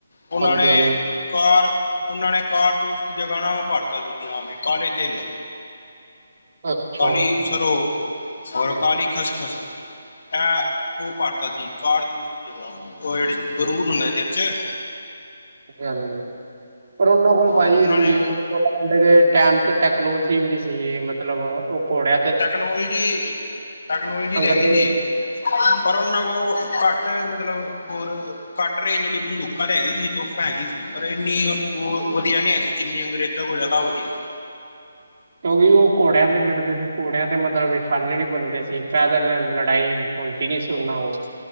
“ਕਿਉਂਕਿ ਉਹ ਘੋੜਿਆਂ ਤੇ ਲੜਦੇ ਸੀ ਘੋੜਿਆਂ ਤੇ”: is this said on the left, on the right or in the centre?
Right